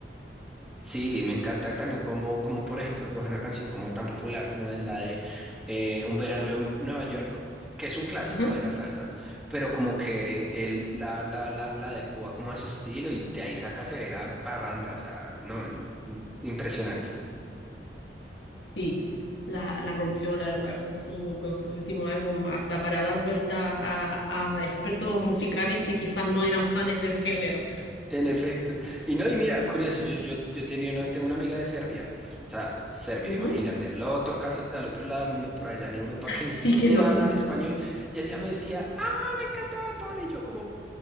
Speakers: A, in the centre; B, on the left.
A: Sí, me encanta también como, como por ejemplo, coge una canción como tan popular como es la de eh, Un verano en Nueva York, que es un clásico
B: Ujú.
A: de la salsa, pero como que él la, la, la, la adecua como a su estilo y de ahí saca severa parranda, o sea, no, mm, impresionante.
B: Sí, la, la rompió, la verdad, con su, con su último álbum, hasta para dar vuelta a, a expertos musicales que quizás no eran fans del género.
A: En efecto. Y no, y mira, curioso, yo, yo, yo tenía una, tengo una amiga de Serbia, o sea, Serbia,
B: Ujú.
A: imagínate, al otro, casi al otro lado del mundo, por allá en Europa, que ni
B: Sí,
A: siquiera
B: qué loco.
A: hablan español, y ella me decía, ah, me encanta Bad Bunny", y yo como...